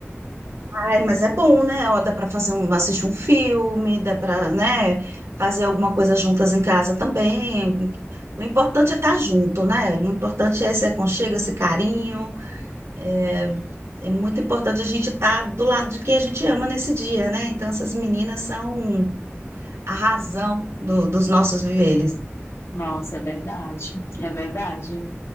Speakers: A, on the right; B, on the left.
A: Ai, mas é bom, né? Ó, dá para fazer um, assistir um filme, dá para, né, fazer alguma coisa juntas em casa também. O importante é estar junto, né? O importante é esse aconchego, esse carinho. É, é muito importante a gente estar do lado de quem a gente ama nesse dia, né? Então, essas meninas são a razão do- dos nossos viveres.
B: Nossa, é verdade, é verdade.